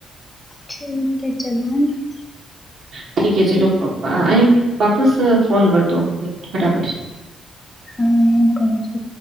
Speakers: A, on the left; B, on the right.
A: ઠીક, ચલો, હ.
B: ઠીક, ચલો, અ વાપસ ફોન કરતો, ફટાફટ.
A: હા, એયા કરે છે.